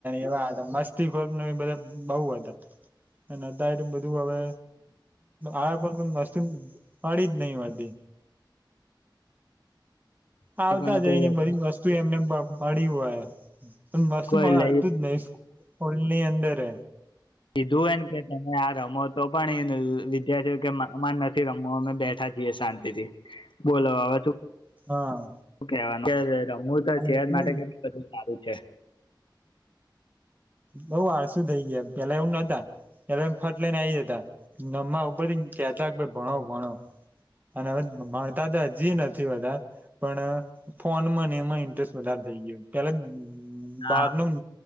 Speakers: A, on the right; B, on the left.
A: એવા હતા, મસ્તી ખોક બધા બઉુ હતા, હતા એટ બધું હવે આ પણ વસ્તુ, પડી જ નહીિ વા. બે
B: શિક્ષકોને
A: આવતા
B: કોઈ
A: જય, ને બધી વસ્તુ એમને મળી હોય. હ. મસ,
B: કોઈ
A: કો
B: લઈ
A: અડ ન. હોલ, ની અંદરે.
B: કીધું, એને કે તમે આ રમો તો પણ એ વિદ્યાર્થીઓ કે મા, મા નથી, રમું અમે બેઠા છીએ, શાંતિ થી બોલો હવે તું
A: હા.
B: કહેવાનું રમું, તો છેજ
A: એટલે
B: માટે કે બધું સારુંજ. છે.
A: બઉુ આળસું થઈ, ગયા પેલા એવું નતા પેલા ફટ લઈને, આવી જતા રમવા ઉપર કેતા ભણો ભણો અને હવે ભણતા તો હજી નથી, બા પણ ફોન ને એમાં ઇન્ટરેસ્ટ વધારે થઈ, ગયો પેલા
B: હા
A: બારનું